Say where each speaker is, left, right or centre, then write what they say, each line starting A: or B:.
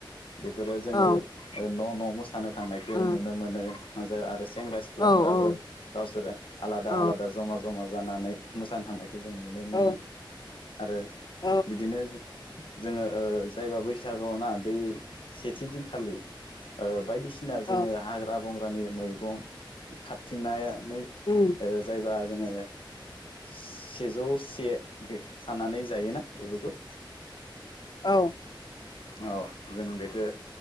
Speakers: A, on the left (about 85°); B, on the left (about 50°).
A: बेफोरो जोङो
B: औ
A: ओ न' न' मोसा सानो थांनायखो
B: ओ
A: नुनो मोनो आरो सेंग्रा सिख्लाफोराबो
B: औ
A: गावसोरो आलादा
B: औ
A: आलादा जमा जमा जानानै मोसानो थांनायखो जों नुनो मोनो
B: औ
A: आरो
B: औ
A: बिदि बेनो जोङो ओ जायबा बैसागुआव ना बै सेथि दिनखालि ओ बायदिसिना जोङो
B: औ
A: हाग्रा बंग्रानि मैगं खाबथिंनानै
B: उम
A: ओ जायबा जोङो सेजौ से खानानै जायोना बेफोरखौ
B: औ
A: औ जों बेखो